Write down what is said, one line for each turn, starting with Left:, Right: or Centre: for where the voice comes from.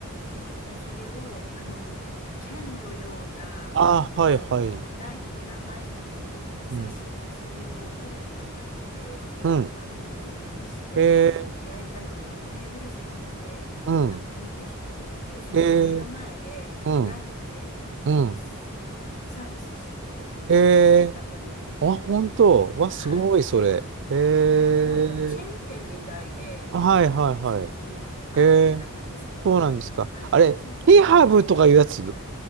Left: えっと、それを、あの、剣のような、
Right: ああ、はいはい。
Left: あの、ナイフの長いのに刺して、
Right: うん。
Left: それをぐるぐる焼いて、
Right: うん。
Left: バーベキューのようにして、
Right: へえ。
Left: 焼いたのをテーブル席まで、
Right: うん。
Left: あの、持ってきてくれて、それを目の前で、
Right: へえ。うん。
Left: ナイフで、あの、
Right: うん。
Left: スサービスしてくれるんですよ、
Right: へえ。
Left: 焼きたての。
Right: あ、本当。わ、
Left: はい。
Right: すごい、それ。へえ。
Left: はい。なんかチェーン店みたいで、
Right: あはいはいはい。
Left: あちこちにあるみたいなんですけど、
Right: へえ。そうなんですか。
Left: あの、
Right: あれ、
Left: 初めて食べて、
Right: ケハブとかいうやつ